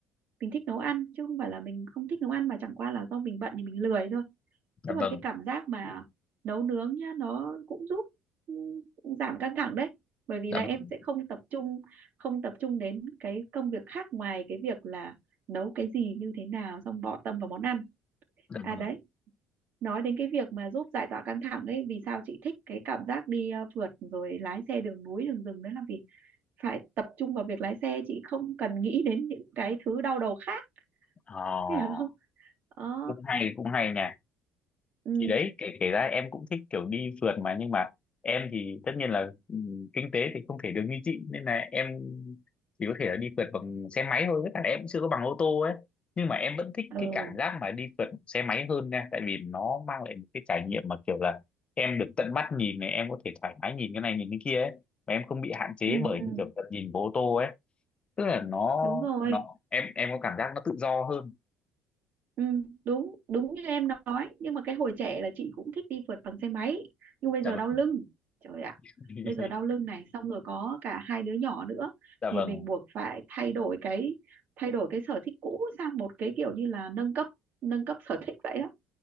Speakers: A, on the right; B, on the left.
A: mình thích nấu ăn chứ không phải là mình không thích nấu ăn mà chẳng qua là do mình bận thì mình lười thôi
B: dạ
A: chứ còn
B: vâng
A: cái cảm giác mà nấu nướng nhá nó cũng giúp ừ, giảm căng thẳng đấy bởi vì
B: dạ
A: là em
B: vâng
A: sẽ không tập trung không tập trung đến cái công việc khác ngoài cái việc là nấu cái gì như thế nào xong bỏ tâm vào món ăn
B: dạ
A: à
B: vâng
A: đấy nói đến cái việc mà giúp giải tỏa căng thẳng ấy vì sao chị thích cái cảm giác đi ờ, phượt rồi lái xe đường núi đường rừng đấy là vì phải tập trung vào việc lái xe chị không cần nghĩ đến những cái thứ đau đầu khác
B: Ờ,
A: <laughs> hiểu không ờ
B: cũng hay cũng hay nha
A: ừ,
B: thì đấy kể kể ra em cũng thích kiểu đi phượt mà nhưng mà em thì tất nhiên là ừ, kinh tế thì không thể được như chị nên là em chỉ có thể là đi phượt bằng xe máy thôi với cả em cũng chưa có bằng ô tô ấy nhưng mà em vẫn thích
A: ừ,
B: cái cảm giác mà đi phượt xe máy hơn nha tại vì nó mang lại một cái trải nghiệm mà kiểu là em được tận mắt nhìn này em có thể thoải mái nhìn cái này nhìn cái kia ấy và em không bị hạn chế
A: ừ,
B: bởi
A: ừ,
B: những kiểu tận nhìn của ô tô ấy tức là nó
A: đúng rồi
B: nó em em có cảm giác nó tự do hơn
A: Ừ, đúng đúng như em nói nhưng mà cái hồi trẻ là chị cũng thích đi phượt bằng xe máy nhưng bây
B: Dạ
A: giờ
B: vâng.
A: đau lưng trời ạ
B: <laughs>
A: bây giờ đau lưng này xong rồi có cả hai đứa nhỏ nữa
B: dạ
A: thì
B: vâng
A: mình buộc phải thay đổi cái thay đổi cái sở thích cũ sang một cái kiểu như là nâng cấp nâng cấp sở thích vậy đó